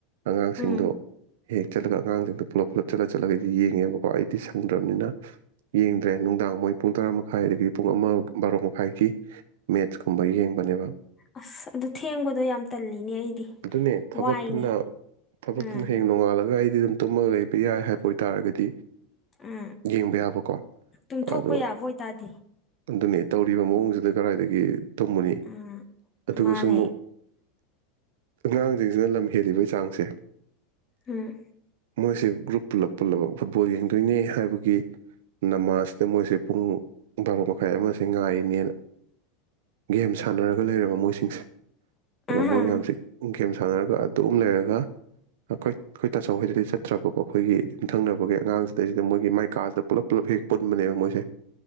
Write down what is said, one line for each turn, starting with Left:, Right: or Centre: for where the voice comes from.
Right: ꯑꯉꯥꯡꯁꯤꯡꯗꯣ
Left: ꯎꯝ
Right: ꯍꯦꯛ ꯆꯠꯂꯒ ꯑꯉꯥꯡꯁꯤꯡꯗꯣ ꯄꯨꯂꯞ ꯄꯨꯂꯞ ꯆꯠꯂꯒ ꯆꯠꯂꯒꯗꯤ ꯌꯦꯡꯉꯦꯕꯀꯣ ꯑꯩꯗꯤ ꯁꯪꯗ꯭ꯔꯕꯅꯤꯅ ꯌꯦꯡꯗ꯭ꯔꯦ ꯅꯨꯡꯗꯥꯡ ꯃꯣꯏ ꯄꯨꯡ ꯇꯔꯥ ꯃꯈꯥꯏꯗꯒꯤ ꯄꯨꯡ ꯑꯃ ꯚꯥꯔꯣ ꯃꯈꯥꯏꯒꯤ ꯃꯦꯠꯆ ꯀꯨꯝꯕ ꯌꯦꯡꯕꯅꯦꯕ
Left: ꯑꯁ ꯑꯗꯨ ꯊꯦꯡꯕꯗꯣ ꯌꯥꯝ ꯇꯜꯂꯤꯅꯦ ꯑꯩꯗꯤ
Right: ꯑꯗꯨꯅꯦ ꯊꯕꯛꯇꯨꯅ
Left: ꯋꯥꯏꯅꯦ
Right: ꯊꯕꯛꯇꯨꯅ
Left: ꯎꯝ
Right: ꯍꯌꯦꯡ ꯅꯣꯡꯉꯥꯜꯂꯒ ꯑꯩꯗꯤ ꯇꯨꯝꯃ ꯂꯩꯕ ꯌꯥꯏ ꯍꯥꯏꯕ ꯑꯣꯏꯇꯥꯔꯒꯗꯤ
Left: ꯎꯝ
Right: ꯌꯦꯡꯕ ꯌꯥꯕꯀꯣ
Left: ꯇꯨꯝꯊꯣꯛꯄ
Right: ꯑꯗꯣ
Left: ꯌꯥꯕ ꯑꯣꯏꯇꯥꯔꯗꯤ
Right: ꯑꯗꯨꯅꯦ ꯇꯧꯔꯤꯕ ꯃꯑꯣꯡꯁꯤꯗ ꯀꯗꯥꯏꯗꯒꯤ ꯇꯨꯝꯃꯨꯅꯤ
Left: ꯎꯝ
Right: ꯑꯗꯨꯒꯁꯨ
Left: ꯃꯥꯅꯦ
Right: ꯑꯃꯨꯛ ꯑꯉꯥꯡꯁꯤꯡꯁꯤꯅ ꯂꯝ ꯍꯦꯜꯂꯤꯕ ꯆꯥꯡꯁꯦ
Left: ꯎꯝ
Right: ꯃꯣꯏꯁꯦ ꯒ꯭ꯔꯨꯞ ꯄꯨꯜꯂꯞ ꯄꯨꯜꯂꯞ ꯐꯨꯠꯕꯣꯜ ꯌꯦꯡꯗꯣꯏꯅꯦ ꯍꯥꯏꯕꯒꯤ ꯅꯃꯥꯁꯤꯗ ꯃꯣꯏꯁꯦ ꯄꯨꯡ ꯚꯥꯔꯣ ꯃꯈꯥꯏ ꯑꯃꯁꯦ ꯉꯥꯏꯅꯦꯅ ꯒꯦꯝ ꯁꯥꯟꯅꯔꯒ ꯂꯩꯔꯕ ꯃꯣꯏꯁꯤꯡꯁꯦ ꯑꯗꯣ
Left: ꯎꯝ
Right: ꯃꯣꯏ ꯃꯌꯥꯝꯁꯤ ꯒꯦꯝ ꯁꯥꯟꯅꯔꯒ ꯑꯗꯨꯝ ꯂꯩꯔꯒ ꯑꯩꯈꯣꯏ ꯑꯩꯈꯣꯏ ꯇꯆꯧꯈꯣꯏꯗꯗꯤ ꯆꯠꯇ꯭ꯔꯕꯀꯣ ꯑꯩꯈꯣꯏꯒꯤ ꯌꯨꯝꯊꯪꯅꯕꯒꯤ ꯑꯉꯥꯡꯁꯤꯗꯩꯁꯤꯗ ꯃꯣꯏꯒꯤ ꯃꯥꯏ ꯀꯥꯁꯤꯗ ꯄꯨꯂꯞ ꯄꯨꯂꯞ ꯍꯦꯛ ꯄꯨꯟꯕꯅꯦꯕ ꯃꯣꯏꯁꯦ